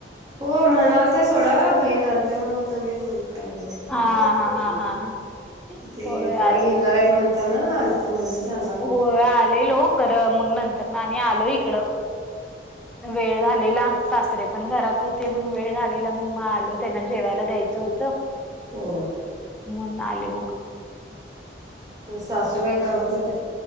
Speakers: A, on the right; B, in the centre.
A: हो म्हणाल त्या सोडा बहीण आलत मग तुम्हीच म्हण काय माहित नाही
B: हा
A: मला
B: हा हा हा हा
A: ते
B: होय
A: काय
B: आले
A: घेणार आहेत म्हणताना आ मण मी सांग
B: हो आलेलो खरं मग नंतर ना आणि आलो इकडं. ह वेळ झालेला सासरे पण घरात होते म्हण वेळ झालेला म्हण मा आलो त्यांना जेवायला द्यायचं होतं.
A: हो.
B: मण नाले मग
A: सासूबाई कामा जात